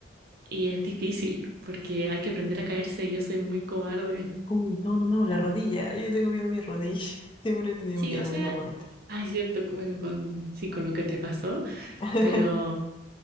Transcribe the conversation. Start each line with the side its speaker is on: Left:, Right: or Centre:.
Right: y es difícil porque hay que aprender a caerse y yo soy muy cobarde.
Left: Uy, no, no, no, la rodilla. Yo tengo miedo a mi rodilla. <laughs> Siempre he tenido
Right: Sí,
Left: miedo
Right: o sea,
Left: en esa parte.
Right: hay cierto, que, bueno, con, sí, con lo que te pasó,
Left: <laughs>
Right: pero,